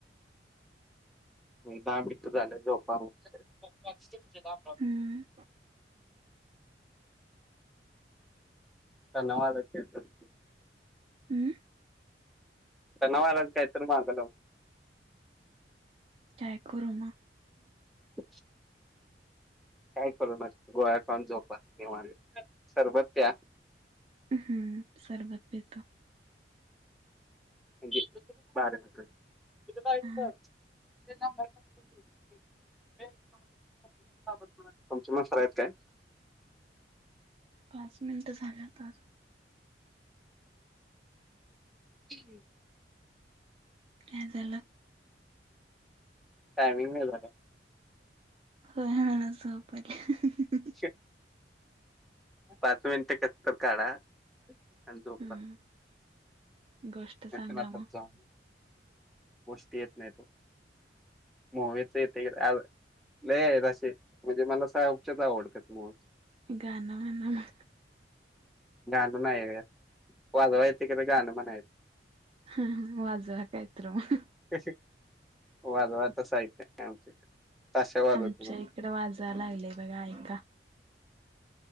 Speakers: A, in the centre; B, on the right.
A: म दहा मिनिट झाल्यावर झोपा औषध घेऊन.
B: हम्म.
A: धन्यवाद. <unintelligible>
B: उं
A: सणावाराचं काय तर माग लावलं.
B: काय करू म्
A: शशं. <unintelligible> काय करू मग गोळ्या खाऊन झोपा निवांत सरबत त्या
B: हा सरबत पितो.
A: म्हणजे <inaudible> <unintelligible>
B: हा
A: तुमचे मास्टर आहेत काय.
B: पाच मिनिट झाले आत्ताच.
A: तीघे.
B: काय झालं.
A: टाइमिंग नाय झालं.
B: होय हा झोप आल्या.
A: की. पाच मिनिटं कसं तर काढा. अण झोपा
B: हम्म गोष्ट
A: नंतर
B: सांगा
A: मग आपण जाऊ. गोष्टी येत नाही हो मूवीज येतंय एव लैज्ञ येत असेल म्हणजे मला साउथच्या च आवडतात मूवी.
B: गाणं म्हणाला.
A: गाणं नाही ग वाजवायचं तिकडं गाणं म्हणायचं.
B: हा हा हा वाजवा काय तर मग.
A: तशी वाजवायचे साहित्य नाही आमच्याकडे ताशा वाजवतो
B: आमच्या
A: फक्त.
B: इकडं वाजायला लागले बघा ऐका